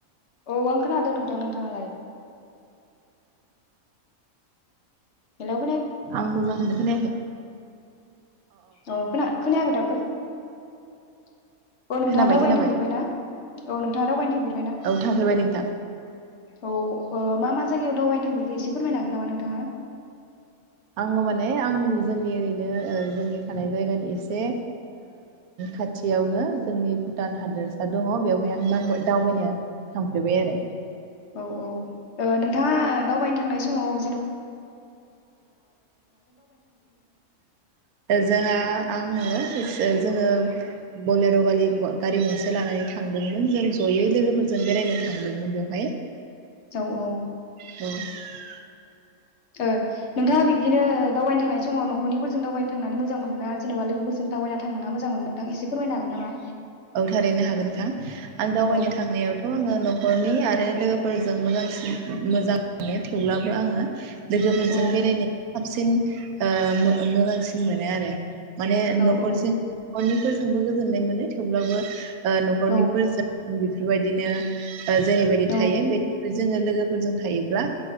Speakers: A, on the left; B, on the right.
A: औ आं खोनादों नोंथां नोंथाङालाय हेल'
B: आं मोजां सो खोनायाखै
A: अ खोना खोनायाखै दाबो <inaudible> औ नोंथाङा
B: खोनाबाय
A: दावबायनो
B: खोनाबाय
A: थांफेरबाय ना औ नों था दावबाय नो थांफेर
B: औ थांफेरबाय नोंथां
A: औ ओ मा मा जायगायाव दावबायनो थांफेरखो एसे फोरमायनो हागोन नामा नोंथाङा
B: आङो माने आं जोंनि ओरैनो जोंनि थानाय जायगानि एसे खाथियावनो जोंनि भुटान हादोरसा दङ बेवहाय आं दावबायनो थांफेरबाय आरो
A: औ औ नोंथाङा ओ दावबायनो थांनाय समाव
B: जोंहा आङो एस जोङो बलेर' बालि गारि गंसे लानानै थांदोंमोन जों जयै लोगोफोरजों बेरायनो थांदोंमोन बेवहाय
A: औ औ
B: <unintelligible>
A: ओ नोंथाङा बिदिनो दावबायनो थांनाय समाव न'खरनिफोरजों जों दावबायनो थांनानै मोजां मोना जेनेबा लोगोफोरजों दावबायना थांनो मोजां मोनो नोंथां एसे फोरमायनो हागोन नामा
B: औ थारैनो हागोनोंथां आं दावबायनो
A: औ
B: थांनायावथ' आङो न'खरनि आरो आरो लोगोफोरजों मोजांसिन मोजां मोनो थेवब्लाबो आङो लोगोफोरजों
A: औ
B: बेरायनो साबसिन ओ मोजांसिन मोनो आरो माने
A: औ
B: न'खरजि
A: औ
B: अनेकफोरजोंबो गोजोननाय मोनो थेवब्लाबो ओ न'खरनिफोरजों
A: औ
B: बेफोरबायदिनो जेरैबायदि थायो
A: औ
B: बे जोङो लोगोफोरजों थायोब्ला